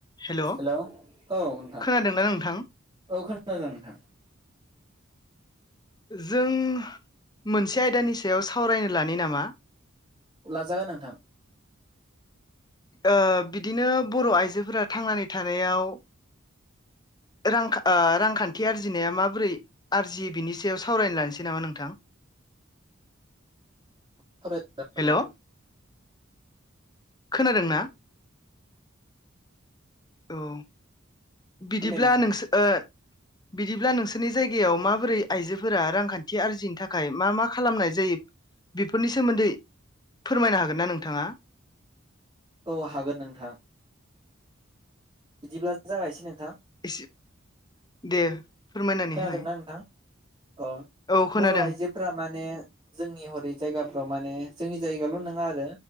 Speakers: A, on the left; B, on the right.
A: हेल'
B: hello औ नोंथां
A: खोनादोंना नोंथां
B: औ खोनादों नोंथां।
A: जों मोनसे आयदानि सायाव सावरायनो लानि नामा?
B: लाजागोन नोंथां।
A: ओ बिदिनो बर' आइजोफोरा थांनानै थानायाव रां रांखान्थि आरजिनाया माबोरै आरजियो बिनि सायाव सावरायनो लानोसै नामा नोंथां।
B: सावरायजागोन
A: हेलौ। खोनादों ना। औ बिदिब्ला
B: दे नोंथां
A: नोंसोर। बिदिब्ला नोंसोरनि जायगायाव माबोरै आइजोफोरा रांखान्थि आरजिनि थाखाय मा मा खालामनाय जायो बेफोरनि सोमोन्दै फोरमायनो हागोन ना नोंथाङा।
B: औ हागोन नोंथां। बिदिब्ला जागायसै नोंथां।
A: इसे दे। फोरमायनानै
B: खोनादोंना
A: होनाय
B: नोंथां अ
A: औ खोनादों
B: बर' आइजोफोरा माने जोंनि हरै जायगाफ्राव माने जोंनि जायगाल' नङा आरो